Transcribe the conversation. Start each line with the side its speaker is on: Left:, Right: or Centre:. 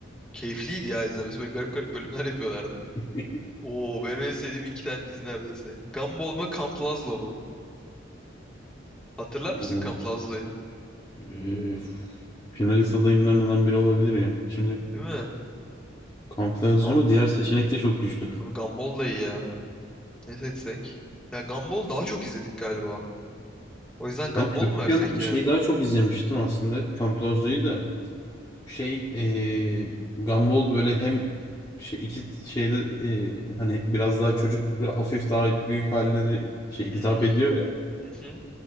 Centre: keyifliydi ya izlemesi. Böyle garip garip bölümler yapıyorlardı.
Left: <laughs>
Centre: Oo benim en sevdiğim iki tane dizi neredeyse. Gumball mı? Camp Lazlo mu? Hatırlar mısın
Left: Onun,
Centre: Camp Lazlı'yı?
Left: eee, finalist adayımlarından biri olabilir ya. Şimdi
Centre: Değil mi?
Left: Campbell yazıyor
Centre: Gam
Left: ama diğer seçenek de çok güçlü.
Centre: abi Gumball da iyi ya. Ne seçsek? Ya Gumball daha çok izledik galiba. O yüzden Gumball
Left: Ben çocukken
Centre: mu versek
Left: şeyi
Centre: ya?
Left: daha çok izlemiştim aslında. Campbell da. Şey eee Gumball böyle hem şey, iki şeyde eee, hani biraz daha çocuk ve hafif daha büyük haline de şey
Centre: Hmm.
Left: hitap ediyor ya.
Centre: Hı hı.